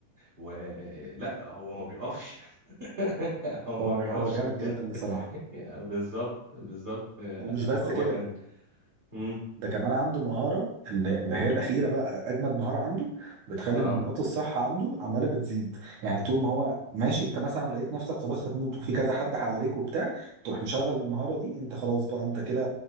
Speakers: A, on the right (about 60°); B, on the right (about 85°).
A: ولا هو ما بيقفش <laughs> هو ما
B: هو
A: بيقفش
B: هو جامد
A: بجد
B: جدا بصراحه
A: بالظبط بالظبط
B: ومش بس
A: فهو
B: كده
A: كان مم.
B: ده كمان عنده مهارة اللي اللي هي الأخيرة بقى أجمد مهارة عنده بتخلي
A: اه
B: نقاط الصحة عنده عمالة بتزيد يعني طول ما هو ماشي أنت مثلا لقيت نفسك خلاص هتموت وفي كذا حد حواليك وبتاع تروح مشغل المهارة دي أنت خلاص بقى أنت كده